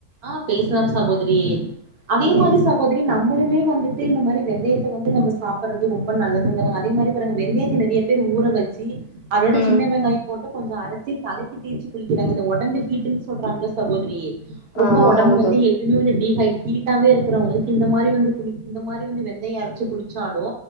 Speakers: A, on the right (about 65°); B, on the left (about 75°).
A: ஆ பேசுலாம் சகோதரி அதே
B: ம்
A: மாரி சகோதரி நம்மளுமே வந்துட்டு இந்த மாரி வெந்தயத்த வந்து நம்ம சாப்படறது ரொம்ப நல்லதுங்க அதே மாரி வெந்தயத்த நிறைய பேர் ஊற வச்சு அதோட
B: ம்
A: சின்ன வெங்காயம் போட்டு கொஞ்ச அரச்சி தலை க்கி தேச்சு குளிக்கறாங்க இந்த ஒடம்பு ஹீடன்னு சொல்றாங்கள சகோதரி ரொம்ப
B: ஆ ஆமாங்க
A: ஒடம்பு வந்து
B: தோழி
A: ஹிமினுட்டி ஹ ஹீட்டாவே ருக்கறவளுக்கு இந்த மாரி வந்து கு இந்த மாரி வந்து வெந்தயம் அரச்சு குடிச்ச லு